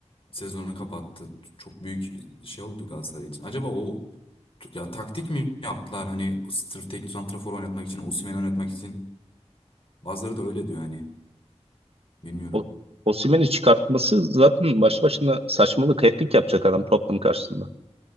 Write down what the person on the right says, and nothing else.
O, Osimhen'i çıkartması zaten baş başına saçmalık. Hat-trick yapacak adam Tottenham karşısında.